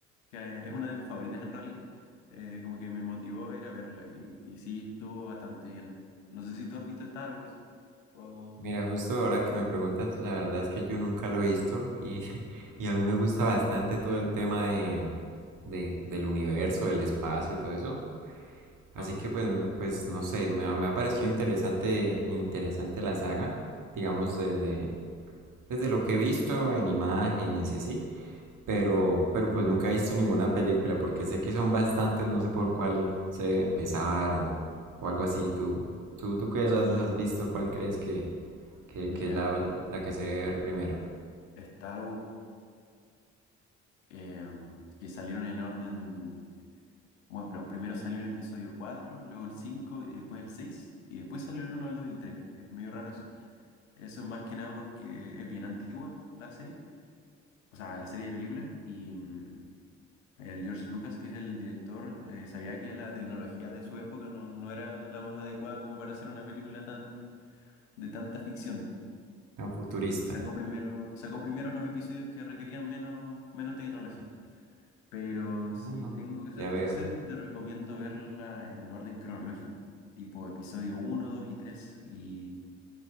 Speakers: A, on the left; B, on the right.
A: que es una de mis favoritas en realidad, eh, como que me motivó a ir a verla y, y sí, estuvo bastante bien. No sé si tú has visto Star Wars o...
B: Mira, justo ahora que me preguntas, la verdad es que yo nunca lo he visto y, <laughs> y a mí me gusta bastante todo el tema de, de- del universo, del espacio, todo eso. Así
A: no.
B: que pues, pues no sé, me ha, me ha parecido interesante, interesante la saga, digamos desde, desde lo que he visto en imágenes y así. pero, pero pues nunca he visto ninguna película porque sé que son bastantes, no sé por cuál se debe empezar o, o algo así. ¿Tú, tú, tú que las
A: Sí,
B: has visto, cuál crees que, que,
A: mira,
B: que es la, la que se debe ver primero?
A: Star Wars, em, que salieron en orden. Bueno, primero salió el episodio 4, luego el 5 y después el 6 y después salió el uno el 2 y el 3. Es medio raro eso. Eso es más que nada porque es bien antigua la serie, o sea, la serie de películas y mm, el George Lucas, que es el director, eh, sabía que la tecnología de su época no, no era la más adecuada como para hacer una película tan de tanta ficción
B: Tan futurista.
A: y sacó primero, sacó primero los episodios que requerían menos, menos tecnología. Pero si
B: Mm,
A: tengo que serte
B: Ya veo.
A: sincero, yo te recomiendo verla en orden cronológico, tipo episodio uno 2 y 3 y,